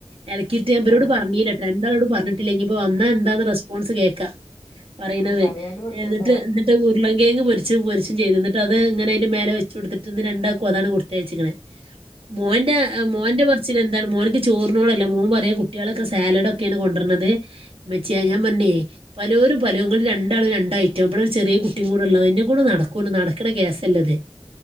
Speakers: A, on the right; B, on the left.
A: ഇളക്കിയിട്ട് ഞൻവ രോട്
B: ആ
A: പറഞ്ഞില്ലട്ട രണ്ടാളോടും പറഞ്ഞിട്ടില്ല ഇപ്പോ വന്നാ എന്താന്ന് റെസ്പോൺസ് കേൾക്കാം പറയുന്നത്
B: ഓ പറയാണ്ട് കൊടുത്തു
A: എന്നിട്ട്
B: വിട്ടതാ
A: ഉരുളങ്കങ് പൊരിച് പൊരിച് ചെയ്തിട്ട് അത് ഇങ്ങനെതിന്റെ മേലെ വെച്ച കൊടുത്തിട്ട്ന്ന്ണ്ടാക്കും അതാണ് കൊടുത്തയഴച്ചിക്കണുന്നത്
B: !!
A: മോന്റെ മോന്റെ. ച്ഛന് എന്താണ് മോനിക്ക് ചോറിനോടല്ല മോൻ പറയു ക കുട്ടികളൊക്കെ സാലഡ് ഒക്കെയാണ് കൊണ്ടുരണത് മച്ചിയെ ഞാ
B: ഏ
A: പറഞ്ഞെ പലോരും പലങ്ങളിൽ രണ്ടാളും രണ്ടായിട്ടും ഇ വിടെ ഒരു ചെറിയ കുട്ടിയും ഉള്ളത് ഇനകൊണ്ട് നടക്കുല്ല നട നടക്ന കേസ് അല്ല ത്